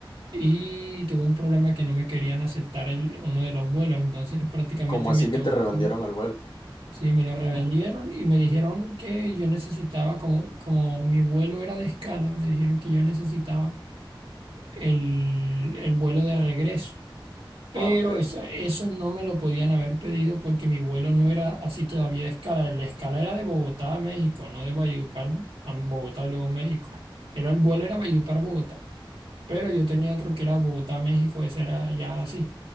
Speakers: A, on the right; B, on the left.
A: y tuve un problema que no me querían aceptar el, uno de los vuelos, entonces prácticamente
B: Como así
A: me tocó,
B: que te revendieron el vuelo.
A: sí, me lo revendieron y me dijeron que yo necesitaba, como, como mi vuelo era de escala, me dijeron que yo necesitaba el, el vuelo de regreso. Pero
B: Ah, ok.
A: eso, eso no me lo podían haber pedido porque mi vuelo no era así todavía de escala. La escala era de Bogotá a México, no de Valledupar a Bogotá y luego México. Era el vuelo era Valledupar-Bogotá. Pero yo tenía otro que era Bogotá-México, ese era ya así.